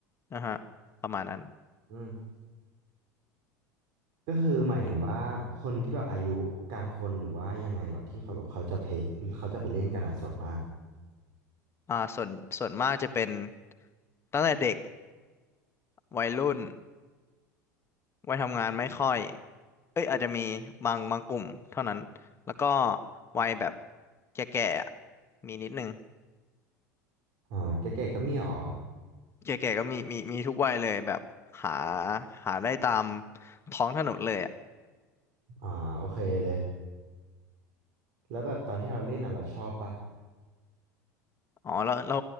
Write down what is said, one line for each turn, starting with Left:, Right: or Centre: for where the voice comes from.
Left: นะฮะประมาณนั้น
Right: อืมก็คือหมายถึงว่าคนที่แบบอายุกลางคนหรือว่ายังไงเหรอที่เขาแบบเขาจะเพ
Left: อือฮึ
Right: เขาจะไปเล่นกันอ่ะส่วนมาก
Left: อ่าส่วนส่วนมากจะเป็นตั้งแต่เด็กวัยรุ่นวัยทำงานไม่ค่อยเอ้ยอาจจะมีบางบางกลุ่มเท่านั้นแล้วก็วัยแบบแก่ๆอะมีนิดนึง
Right: อ่าแก่ๆก็มีหรอ
Left: แก่ๆก็มีมีมีทุกวัยเลยแบบหาหาได้ตามท้องถนนเลยอะ
Right: อ่าโอเคเลย แล้วแบบตอนที่เราเล่นอ่ะเราชอบปะ
Left: อ๋อเราเรา